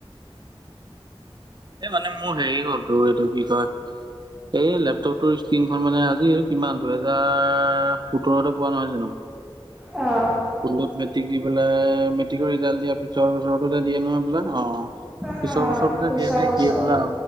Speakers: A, on the right (about 45°); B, in the centre.
A: এ মানে মোৰ হেৰি হ'ল, তোৰ এইটো কি কয় এই লেপটপটোৰ স্ক্ৰিণখন মানে আজি আৰু কিমান দুহেজাৰ সোতৰতে পোৱা নহয় জানো।
B: অ'।
A: ষোল্লত মেটিক দি পেলাই মেটিকৰ ৰিজাল্ট দিয়া পিছৰ বছৰটোতো দিয়ে নহয় হ'বলা অ'।
B: অ
A: পিছৰ বছৰটোতে
B: পিছৰ
A: দিয়ে নে
B: বছৰ
A: কি হ'বলা